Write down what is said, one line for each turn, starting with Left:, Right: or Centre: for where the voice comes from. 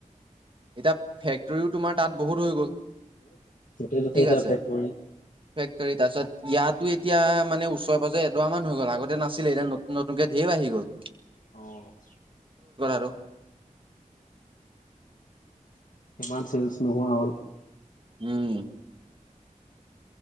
Right: এতিয়া ফেক্টৰীও তোমাৰ তাত বহুত হৈ গ'ল
Left: য'তে ত'তে
Right: ঠিক
Left: এতিয়া
Right: আছে
Left: ফেক্টৰী
Right: ফেক্টৰী তাৰছত- ইয়াতো এতিয়া মানে ওচৰে পাজৰে এডৰা মান হৈ গ'ল আগতে নাছিলে এতিয়া নতুন নতুনকে ঢেৰ বাঢ়ি গল
Left: অঁ
Right: হেল্ল'
Left: ইমান চেলচ নোহোৱা হ'ল
Right: উম